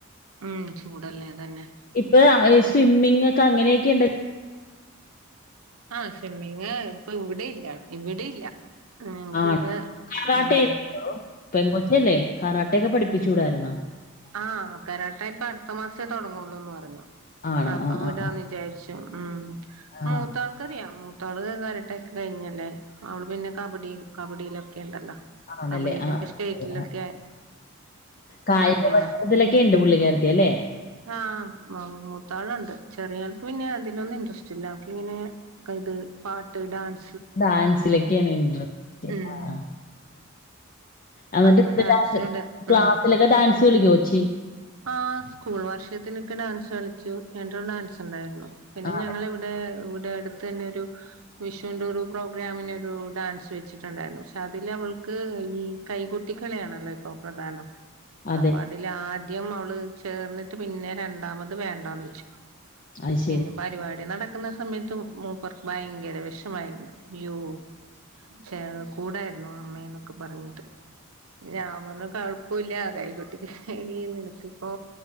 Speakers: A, on the right; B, on the left.
A: ഉം ചൂടല്ലേ തന്നെ
B: ഇപ്പൊ സ്വിമ്മിംഗ ഒക്കെ അങ്ങനെ <unintelligible>
A: ആ സ്വിമ്മിങ് ഇപ്പൊ ഇവിടെ ഇല്ല ഇവിടെ ഇല്ല. ഞങ്ങക്ക്
B: ആ
A: ഇവിടെ
B: കരാട്ടെ
A: ഉം
B: ഇല്ലെ <unintelligible> പെങ്കൊച്ചല്ലേ കാരട്ടെക്കെ പഠിപ്പിചൂടാരുന്നാ
A: ആ കരാട്ടെ ഇപ്പൊ അടുത്ത മാസേ തുടങ്ങുള്ളൂന്ന് പറഞ്ഞു.
B: ആണോ
A: അ അപ്പ
B: ആ
A: വിടാന്ന്
B: ആ ആ
A: വിചാരിച്ചു <unintelligible> ഉം.
B: ആ,
A: മൂത്ത ആൾകറിയം തോള് കരാട്ടൊക്കെ കഴിഞ്ഞല്ലേ അവള് പിന്നെ കബഡി കബഡിയിലൊക്കെ ഉണ്ടല്ലോ
B: ആണല്ലേ
A: കബഡിയിലൊക്കെ
B: ആ അത്
A: സ്റ്റേറ്റിലൊക്കെ
B: ശരി ആ. കായിക
A: ചാമ് പിന്ന
B: പരിശീലനത്തിലൊക്കെ ഉണ്ട് പുള്ളിക്കാരത്തി അല്ലേ
A: ആ മ മൂത്താളുണ്ട് ചെറിയ ആൾക്ക് പിന്നെ അതിലൊന്നും ഇൻട്രസ്റ്റ് ഇല്ല അവക്ക് ഇങ്ങനെ ഇത് പാട്ട്, ഡാൻ-
B: ഡാൻസിലെക്കേണ് ഇൻട്രസ്റ്റ്
A: ഉം
B: ആഹ് അന്നിട്ട്
A: അപ്പൊ
B: <unintelligible>
A: ഡാൻസിനുണ്ട്
B: ക്ലാസ്സിലൊക്കെ
A: ഉം
B: ഡാൻസ് ച്ച് കളിക്കോ ഏച്ചി
A: ആ സ്കൂൾ വാർഷികത്തിനൊക്കെ ഡാൻസ് കളിച്ചു രണ്ട് ഡാൻസ്ണ്ടായിരുന്നു പിന്നെ
B: ആ.
A: ഞങ്ങളെവിടെ ഇവിടെ അടു ത്തന്നെ ഒരു വിഷൂന്റൊരു പ്രോഗ്രാമിനൊരു ഡാൻസ് വെച്ചിട്ടുണ്ടായിരുന്നു പക്ഷെ അതില് അവൾക്ക് ഈ കൈകൊട്ടികളിയാണല്ലോ ഇപ്പോ പ്രധാനം
B: അതെ.
A: അപ്പൊ അതില് ആ ന്ന് അവള് ചേർന്ന്ട്ട് പിന്നെ രണ്ടാമത് വേണ്ടാന്ന് വെച്ചു
B: അത് ശരി.
A: പിന്നെ പരിപാടി നടക്ക്ന്ന സമയ ത്തു മൂപ്പർക്ക് ഭയങ്കര വെഷമായിരുന്നു യ്യോ ച്ചേ കൂടായിരുന്നു അമ്മേന്നൊ ക്ക‌ പറഞ്ഞിട്ട് ഞാൻ പറഞ്ഞു കൊഴപ്പല്ല കൈകൊട്ടി വീയ്ന്ന്‌ പക്ഷെ ഇപ്പൊ